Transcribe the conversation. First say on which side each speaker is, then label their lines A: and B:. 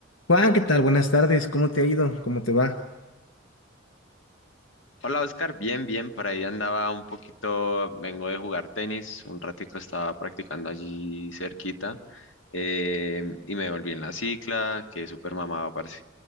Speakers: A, on the left (about 85°); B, on the left (about 70°).
A: Juan, ¿qué tal? Buenas tardes. ¿Cómo te ha ido? ¿Cómo te va?
B: Hola Oscar, bien, bien, por ahí andaba un poquito, vengo de jugar tenis, un ratico estaba practicando allí cerquita eh, y me volví en la cicla, que súper mamado, parce.